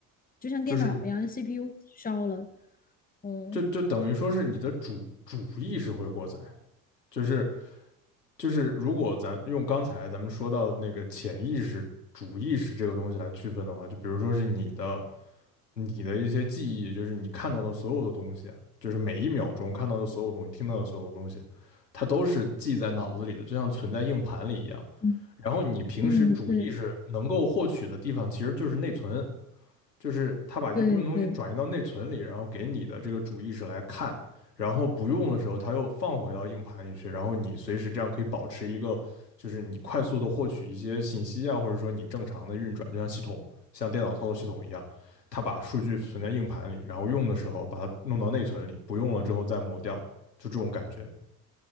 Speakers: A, on the left; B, on the left.
A: 就像电脑一样，CPU
B: 就是
A: 烧了，嗯
B: 就就等于说是你的主主意识会过载，就是就是如果咱用刚才咱们说到那个潜意识、主意识这个东西来区分的话，就比如说是你的、你的一些记忆，就是你看到的所有的东西，就是每一秒钟看到的所有东西、听到的所有东西，它都是记在脑子里的，就像存在硬盘里一样。
A: 嗯
B: 然后你平时主意识能够获取的地方，
A: 嗯，对
B: 其实就是内存，就是他把一部分东西转移到内存里，
A: 对对。
B: 然后给你的这个主意识来看，然后不用的时候他又放回到硬盘里去，然后你随时这样可以保持一个，就是你快速的获取一些信息啊，或者说你正常的运转，就像系统像电脑操作系统一样，它把数据存在硬盘里，然后用的时候把它弄到内存里，不用了之后再抹掉，就这种感觉。